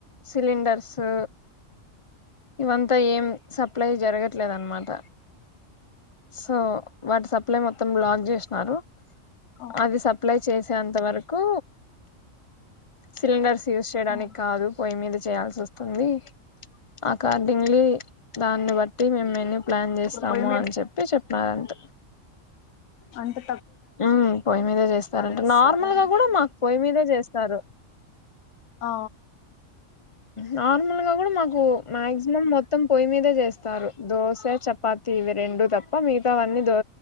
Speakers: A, on the left; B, on the left.
A: సిలిండర్సు ఇవంత ఏం సప్లై జరగట్లేధన్నమాట సో వాటి సప్లై మొత్తం బ్లాక్ చేసినారు
B: ఆ
A: అది సప్లై చేసి య్యే అంత వరకు సిలిండర్స్ యూస్ చేయడానికి
B: ఆ
A: కాదు పోయి మీద చేయాల్సొస్తుంది అకార్డింగ్లీ దాన్ని బట్టి మేమ్ మెను ప్లాన్ జెస్తాము
B: ఇప్పుడు పొయ్యి
A: అని చెప్ చెప్న్నారుారంత
B: అంతే
A: ఉ పొయ్యి మీదే చేస్తారంటే
B: చేస్తారా
A: నార్మల్ గా కూడా మాకు పొయ్యి మీదే చేస్తారు తరు
B: ఆ
A: నార్మల్గా కూడా మాకు మాక్సిమం మొత్తం పొయ్యి మీదే చేస్తారు దోశ చపాతి ఇవి రెండు తప్ప మిగతావన్నీ దో